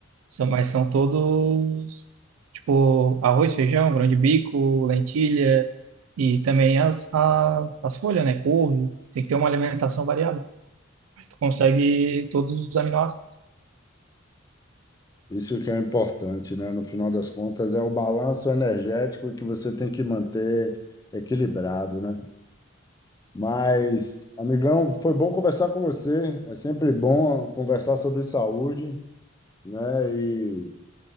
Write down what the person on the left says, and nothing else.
Isso que é importante, né? No final das contas, é o balanço energético que você tem que manter equilibrado, né? Mas, amigão, foi bom conversar com você. É sempre bom conversar sobre saúde, né? E,